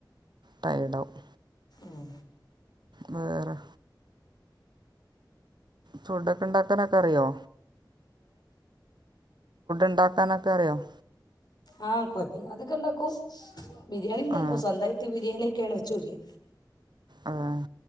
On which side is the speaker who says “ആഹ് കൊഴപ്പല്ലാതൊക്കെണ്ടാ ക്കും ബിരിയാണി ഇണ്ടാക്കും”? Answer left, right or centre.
Left